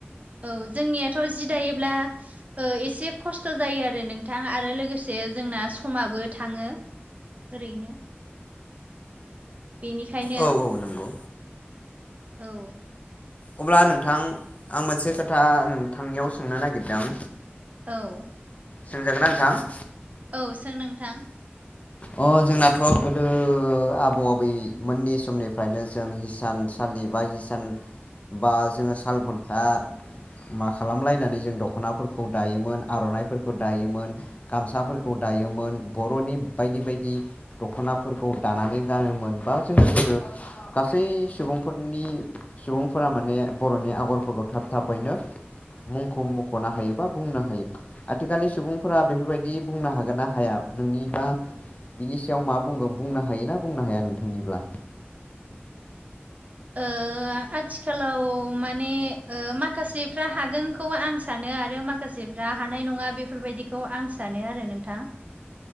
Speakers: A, on the right; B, on the left.
A: औ जोंनियाथ' जि दायोब्ला ओ एसे खस्थ' जायो आरो नोंथां आरो लोगोसे जोंना समाबो थाङो। ओरैनो बेनि बेखायनो
B: औ औ नंगौ
A: औ।
B: अब्ला नोंथां आं मोनसे खोथा नोंथांनियाव सोंनो नागिरदों।
A: औ।
B: सोंजागोन ना नोंथां?
A: औ सोर नोंथां।
B: अ जोंनाथ' गोदो आबौ आबैमोननि समनिफ्रायनो जों हिसान स सालि बा हिसान बा जोङो साल घुन्टा मा खालामलायनानै जों दख'नाफोरखौ दायोमोन आर'नाइफोरखौ दायोमोन। गामसाफोरखौ
A: औ
B: दायोमोन। ‌ बर'नि बायदि बायदि दख'नाफोरखौ दानानै गानोमोन बा जोङो गोदो गासै सुबुंफोरनि सुबुंफोरा माने बर'नि आगरफोरखौ थाब थाबैनो मुंखौ मख'नो हायोबा बुंनो हायोबा। आथिखालनि सुबुंफोरा बेफोरबायदि बुंनो हागोन ना हाया नोंनि बा बिनि सायाव मा बुंगोन बुंनो हायोना बुंनो हाया नोंथांनिब्ला
A: ओ आथिखालाव माने ओ माखासेफ्रा हागोनखौ आं सानो आरो माखासे रा हानाय नङा बेफोरबायदिखौ आं सानो आरो नोंथां